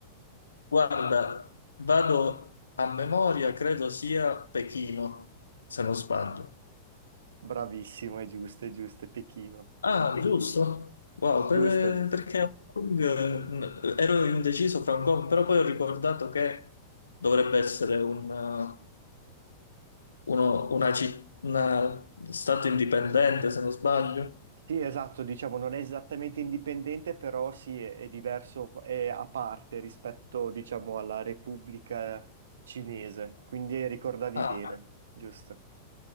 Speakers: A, on the left; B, on the right.
A: Guarda, vado a memoria, credo sia Pechino, se non sbaglio.
B: <laughs> Bravissimo, è giusto, è giusto, è Pechino.
A: Ah, giusto. Wow,
B: Giusto,
A: per-
B: giusto.
A: perché Hong Kong, eh, n- ero indeciso fra Hong Kong, però poi ho ricordato che dovrebbe essere un, eh, uno- una, ci- una stato indipendente, se non sbaglio.
B: Sì, esatto, diciamo, non è esattamente indipendente, però sì, è, è diverso, è a parte rispetto, diciamo, alla Repubblica Cinese. Quindi ricordavi
A: Ah,
B: bene, giusto.